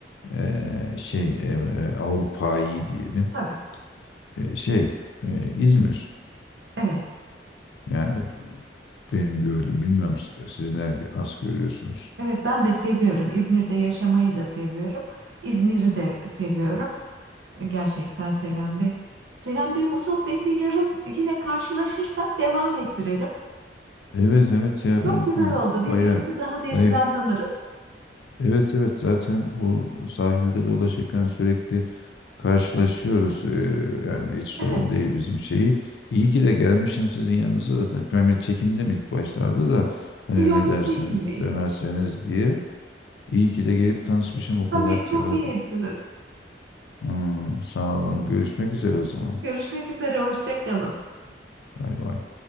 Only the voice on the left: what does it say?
ee, şey ee, Avrupa'yı diyelim.
Ee, şey ee, İzmir.
Yani benim gördüğüm bilmiyorum siz siz ne nasıl görüyorsunuz?
Evet evet ya
ben
baya
baya
evet evet zaten bu sahilde dolaşırken sürekli karşılaşıyoruz. Ee, yani hiç sorun
değil bizim şeyi. İyi ki de gelmişim sizin yanınıza zaten. Ben bir çekindim ilk başlarda da hani
ne
dersiniz
demezseniz diye. İyi ki de gelip tanışmışım o kadar
ki.
ben-
Hmm, sağ olun. Görüşmek üzere o zaman.
Bay bay.